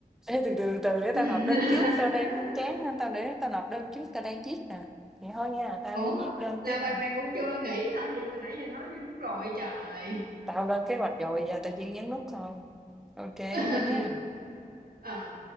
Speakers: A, in the centre; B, on the right.
A: Ê, từ từ từ để
B: <laughs>
A: tao nộp đơn trước tao đang chán nên tao để tao nộp đơn trước tao đang viết nè vậy thôi nha tao
B: Ủa,
A: đi viết đơn
B: là
A: tiếp
B: mày
A: nè
B: mày cũng chưa nghỉ hả? Vậy mà nãy giờ nói như đúng rồi trời.
A: tao lên kế hoạch rồi giờ tao chỉ nhấn nút thôi ok
B: <laughs>
A: thôi nha
B: Ờ